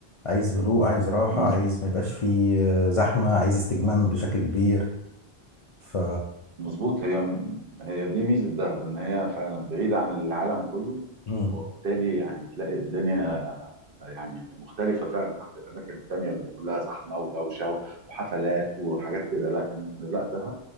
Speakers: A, on the left (about 50°); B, on the right (about 60°).
A: عايز هدوء عايز راحة
B: مظبوط
A: عايز ما يبقاش فيه آه، زحمة عايز استجمام بشكل كبير ف
B: مظبوط هي هي دي ميزة دهب ان هي فعلا بعيدة عن العالم كله
A: مم.
B: وبالتالي يعني تلاقي الدنيا يعني مختلفة فعلا عن الأماكن التانية اللي كلها زحمة ودوشة وحفلات وحاجات كده لكن لا دهب